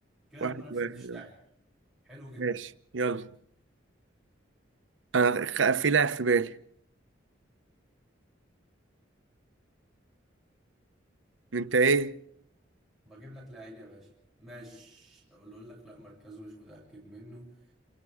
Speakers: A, in the centre; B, on the right.
A: كده
B: واحد
A: المنافسة
B: واحد
A: بتشتعل
B: اه.
A: حلو جدا
B: ماشي يلا انا خ- في لاعب في بالي انت ايه
A: بجيب لك لعيب يا باشا ماشي اقول اقول لك لا مركزه مش متأكد منه